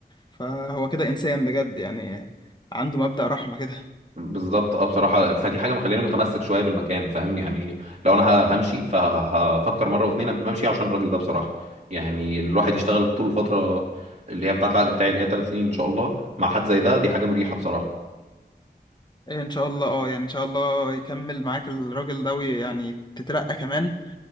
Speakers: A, on the left (about 25°); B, on the right (about 40°).
A: فهو كده إنسان بجد يعني عنده مبدأ رحمة كده
B: بالظبط اه بصراحة فدي حاجة مخليني متمسك شوية بالمكان فاهم يعني لو انا ه- همشي فهفكر مرة واتنين قبل ما امشي عشان الراجل ده بصراحة يعني ان الواحد يشتغل طول الفترة اللي هي بتاعة العقد بتاعي اللي هي ثلاث سنين ان شاء الله مع حد زي ده دي حاجة مريحة بصراحة
A: إيه إن شاء الله أه يعني إن شاء الله يكمل معاك الراجل ده ويعني تترقى كمان